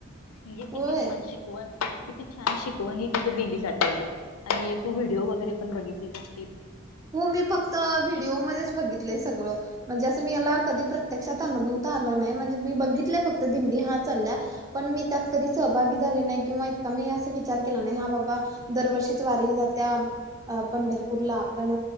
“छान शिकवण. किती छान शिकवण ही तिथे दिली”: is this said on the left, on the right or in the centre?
Left